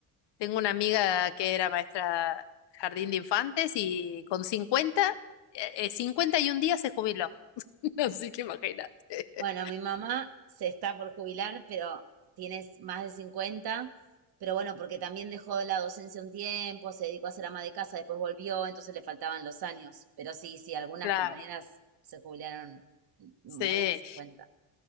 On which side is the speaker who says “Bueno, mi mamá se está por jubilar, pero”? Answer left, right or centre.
Right